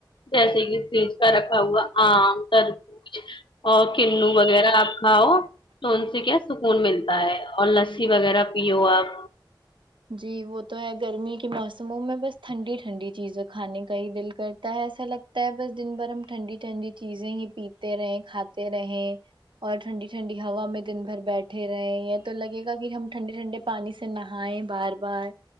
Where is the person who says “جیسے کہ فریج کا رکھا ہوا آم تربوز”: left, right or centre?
Left